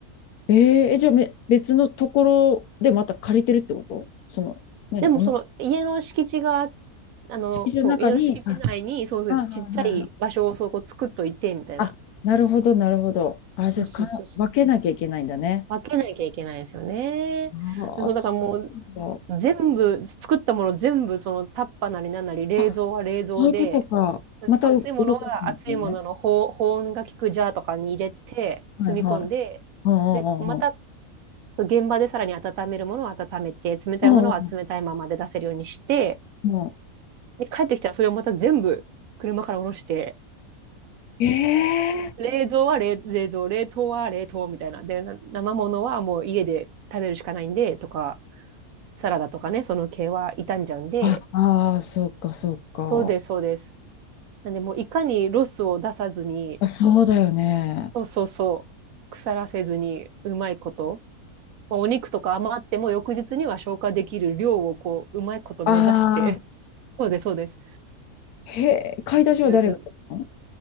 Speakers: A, on the left; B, on the right.
A: えええ、じゃあめ、別のところでまた借りてるってことその、何、
B: でも、
A: 同じ
B: その、家の敷地が、あの、
A: 敷地の中に、
B: そう、家の敷地内に、
A: あ、は
B: そうです、
A: いはいはい
B: ちっちゃい場所をそこ作っといて、みたいな。
A: あ、なるほど、なるほど。あ、じゃあか、
B: そうそうそうそう。
A: 分けなきゃいけないんだね。
B: 分けなきゃいけないですよね。
A: ああ、
B: そう、
A: そうなんだ。
B: だからもう、全部、作ったもの全部、そのタッパーなりなんなり、冷蔵は冷蔵で、
A: あ、そういうことか。またう動かさないゃね。
B: 熱いものは熱いものの保保温が効くジャーとかに入れて、
A: はいはい。
B: 積み込んで、
A: うんうんうんう
B: で、また、そう現場でさらに温めるものは温めて、冷たいものは冷たいままで出せるようにして、
A: ん。うんうんう
B: で、帰ってきたらそれをまた全部車から下ろして、
A: ん。ええ
B: 冷蔵は冷、冷蔵、冷凍は冷凍みたいな。で、な生物はもう家で食べるしかないんで、とか、サラダとかね、その系は傷んじゃうんで、
A: あ、ああ、そうか、そうか。
B: そうです、そうです。なんでもういかにロスを出さずに、
A: あ、そうだよね。
B: そうそうそう、腐らせずにうまいこと、まあ、お肉とか余っても翌日には消化できる量をこう、うまいこと目指して、
A: ああ、
B: <laughs> そうです、そうです。っ
A: へえ、買い出しは誰がやったの
B: ていうその